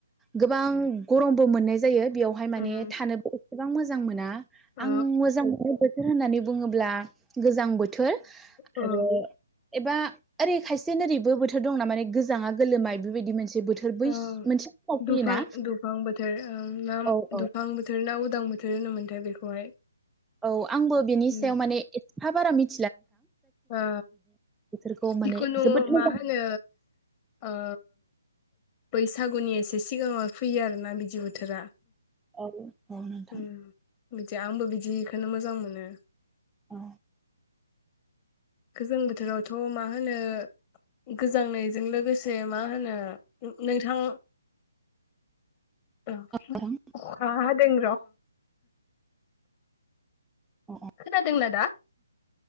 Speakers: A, in the centre; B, on the left.
A: गोबां गरमबो मोननाय जायो। बेयावहाय माने
B: उम
A: थानो गोबां मोजां मोना।
B: अ
A: आं मोजां मोननाय बोथ- थोर होननानै बुङोब्ला गोजां बोथोर
B: अ
A: आरो एबा ओरै खायसे नोरैबो बोथोर दंना माने गोजाङा गोलोमा बेबायदि मोनसे बोथोर बै
B: ओं
A: मोनसे समाव फैयोना
B: दुफां-दुफां बोथोर ओं नाम
A: औ
B: दुफां बोथोर ना। उदां बोथोर होनो मोन्थाय बेखौहाय
A: औ आंबो बेनि
B: उम
A: सायाव माने हा बारा मि-
B: ओ
A: बोथोरखौ
B: जिखुनु
A: माने जोबोद
B: मा
A: मोजां
B: होनो ओ बैसागुनि एसे सिगाङाव फैयो आरो ना बिदि बोथोरा।
A: <inaudible> ओ नोंथां।
B: उम बिदि आंबो बिदिखोनो मोजां मोनो।
A: औ
B: गोजां बोथोरावथ' मा होनो गोजांनायजों लोगोसे मा होनो नोंथां। औ अखा
A: नोंथां
B: हा- <inaudible> <inaudible>
A: औ
B: खोनादोंना दा?